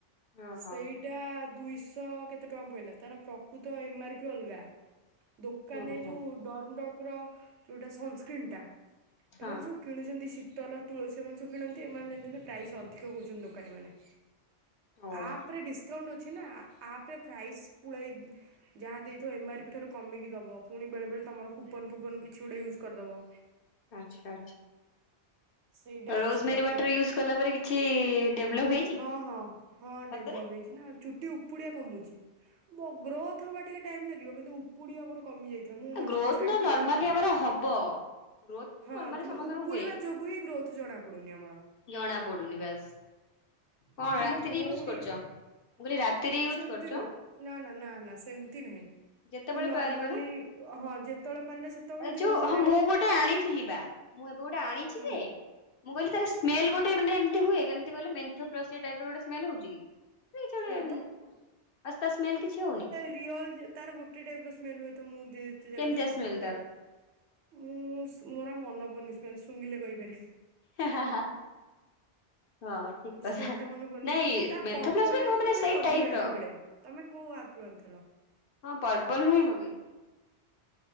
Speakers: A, on the left (about 60°); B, on the right (about 75°).
A: ଓହୋ
B: ସେଇ ଏଟା ଦୁଇଶହ କେତେ ଟଙ୍କା ପଇିଲା ତାର ପ୍ରକୃତ ଏମ ଆର ପି ଅଲଗା। କାଲି
A: ହୁଁ
B: ଏ
A: ହୁଁ
B: ଯୋଉ ଡରମ ଡକ ର ଯୋଉଟା ସନସ୍କ୍ରିନ୍ ଟା
A: ହଁ
B: ଏମାନେ ସବୁ କିଣୁଛନ୍ତି ଶୀତଲ ତୁଳସୀ ଏମାନେ ସବୁ କିଣନ୍ତି। ଏମାନେ ଜାଣିଛନ୍ତି ପ୍ରାଇସ୍ ଅଧିକ କହୁଛନ୍ତି ଦୋକାନୀ ମାନେ
A: ଓହୋ
B: ଆପରେ ଡିସ୍ ସ୍କାଉଣ୍ଟ୍ ଅଛି ନା। ଆପ୍ରେ ପ୍ରାଇସ୍ ପୁଳାଏ ଯାହା ଦେଇଥିବ ଏମ ଆର୍ ପି ଠାରୁ କମେଇକି ଦେବ। ପୁଣି ବେଳେ ବେଳେ ତୁମର କୁପନ୍ ଫୁପନ୍ କିଛି ଗୋଟେ ୟୁଜ୍ କରିଦବ।
A: ଆଚ୍ଛା। ଆଚ୍ଛା।
B: ସେଇଟା
A: ରୋଜ୍ମେରୀ
B: ଅଛି ପ୍ରଫିଟ
A: ୱାଟର ୟୁଜ କଲା ପରେ କିଛି ଡେଭଲପ୍ ହେଇଛି।
B: ହଁ ହଁ ହଁ,
A: ସତରେ
B: ଡେଭ୍ଲପ୍ ହେଇଛି। ନା ଚୁଟି ଉପୁଡିଆ କମୁଛି। ମୋ ଗ୍ରୋଥ୍ ହବା ଟିକେ ଟାଇମ ଲାଗିବ କିନ୍ତୁ ଉପୁଡିଆ ମୋର କମି ଯାଇଥିଲା। ମୁଁ ମଝିରେ
A: ଗ୍ରୋଥ
B: ଛାଡି
A: ନା
B: ଦେଇଥିଲି।
A: ନର୍ମାଲି ଆମର ହବ ଗ୍ରୋଥ
B: ହଁ
A: ନର୍ମାଲି
B: କିନ୍ତୁ
A: ସମସ୍ତଙ୍କର
B: ଉପୁଡିବା
A: ହୁଏ
B: ଯୋ ହିଁ ଗ୍ରୋଥ ଜଣା ପଡୁନି ଆମର।
A: ଜଣା ପଡୁନି ବାସ୍। କଣ
B: କିନ୍ତୁ
A: ରାତିରେ
B: ମୋ ଭଉଣୀ
A: ୟୁଜ କରୁଛ ମୁଁ କହିଲି ରାତିରେ
B: ନା
A: ୟୁଜ
B: ସେମ୍ତି
A: କରୁଛ
B: ନୁହଁ। ନା ନା ନା ନା ସେମତି ନାହିଁ।
A: ଯେତେବେଳେ
B: <unintelligible>
A: ପାରିବ
B: ରୁମାଲି
A: ନା
B: ହଁ ଯେତେବେଳେ ପାଇଲେ ସେତେବେଳେ
A: ଯୋଉ
B: ଦିନକୁ ଥରେ
A: ହଁ ମୁଁ ଗୋଟେ ଆଣିଥିଲି ବା ମୁଁ ଏବେ ଗୋଟେ ଆଣିଛି
B: ହୁଁ
A: ଯେ ମୁଁ କହିଲି ତାର ସ୍ମେଲ ଗୋଟେ ମାନେ ଏମ୍ତି ହୁଏ, କେମିତି କହିଲେ ମେନ୍ଥପ୍ଲସ୍ ଟଇପ୍ର ଗୋଟ ସ୍ମେଲ୍ ହଉଛି କି? କିଛି ଗୋଟେ
B: ନା ତ
A: ଆସ୍ତା ସ୍ମେଲ୍ କିଛି ହଉନି।
B: ପିଅର୍ଲ ତାର ଗୋଟେ ଟାଇପ୍ର ସ୍ମେଲ ହୁଏ ତ। ମୁଁ ଯେତେ ଜାଗା
A: କେମିତିଆ
B: ଶୁଣିଛି
A: ସ୍ମେଲ
B: ଗୋଟେ।
A: ତାର
B: ମୁଁ ମୋର ମନ ପଡୁନି ସ୍ମେଲ୍। ଶୁଙ୍ଗିଲେ କହି ପାରିବି।
A: ହା ହା ହା। ହଁ ଠିକ୍
B: ଓ
A: କଥା।
B: ସ୍ମେଲ ଟା ମନେ ପଡୁନି
A: ନାଇଁ
B: ତା
A: ମେଂଥପ୍ଲସ୍
B: ପର୍ପଲ
A: ବି ମାନେ
B: ଆପ ରୁ ହିଁ
A: ସେଇ
B: ଅରିଜିନାଲ
A: ଟାଇପ୍ର।
B: ଟା ମିଳେ। ତମେ କୋଉ ଆପ୍ ରୁ ଆଣିଥିଲ।
A: ହଁ ପର୍ପଲରୁ ହଁ ମଗେଇ ଥିଲି।